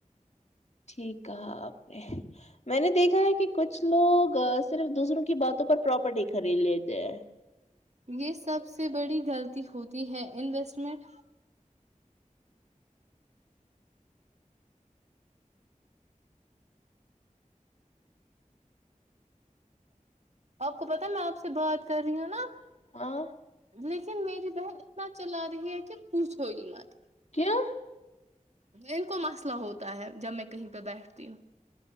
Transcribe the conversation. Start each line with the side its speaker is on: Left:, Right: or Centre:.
Left: ٹھیک ہے آپ نے میں نے دیکھا ہے کہ کچھ لوگ صرف دوسروں کی باتوں پر پراپرٹی خرید لیتے ہیں
Right: یہ سب سے بڑی غلطی ہوتی ہے انویسٹمنٹ آپ کو پتا میں آپ سے بات کر رہی ہوں نا
Left: ہاں
Right: لیکن میری بہن اتنا چلا رہی ہے کہ پوچھو گی مت
Left: کیا
Right: ان کو مسئلہ ہوتا ہے جب میں کہیں پہ بیٹھتی ہوں